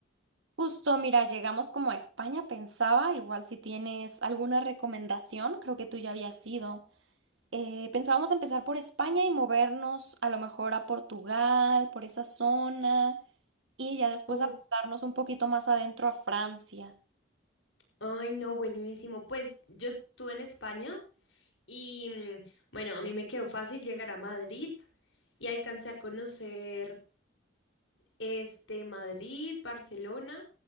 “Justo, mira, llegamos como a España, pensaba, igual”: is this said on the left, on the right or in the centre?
Right